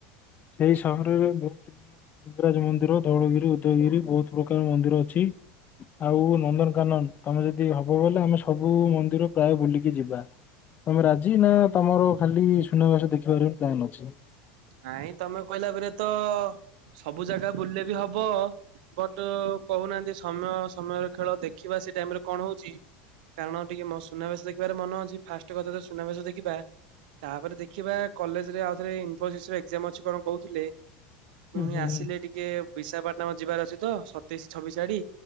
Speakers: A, on the left; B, on the right.
A: ସେଇ ସହରରେ ମୁଁ ଲିଙ୍ଗରାଜ ମନ୍ଦିର, ଧଉଳଗିରି, ଉଦୟଗିରି, ବୋହୁତ ପ୍ରକାର ମନ୍ଦିର ଅଛି। ଆଉ ନନ୍ଦନକାନନ ତମେ ଯଦି ହବ ବଲେ ଆମେ ସବୁ ମନ୍ଦିର ପ୍ରାୟ ବୁଲିକି ଯିବା। ତମେ ରାଜି ନା ତମର ଖାଲି ସୁନାବେଶ ଦେଖିବାର ପ୍ଲାନ ଅଛି।
B: ନାଇଁ ତମେ କହିଲା ପରେ ତ ସବୁ ଜାଗା ବୁଲିଲେ ବି ହ ହବ ବଟ କହୁନାହାନ୍ତି ସମୟ ସମୟର ଖେଳ ଦେଖିବା ସେ ଟାଇମରେ କଣ ହଉଚି କାରଣ ଟିକେ ମୋ ସୁନାବେଶ ଦେଖିବାର ମନ ଅଛି। ଫାଷ୍ଟ କଥା ସୁନାବେଶ ଦେଖିବା ତାପରେ ଦେଖିବା କଲେଜରେ ଆଉ ଥରେ ଏକ୍ଜାମ ଅଛି କଣ କହୁଥିଲେ?
A: ହୁଁ
B: ପୁଣି
A: ହୁଁ
B: ଆସିଲେ
A: ହୁଁ
B: ଟିକେ ବିଶାଖପାଟଣା ଆମ ଯିବାର ଅଛି ତ ସତେଇଶି ଛବିଶ ଆଡି,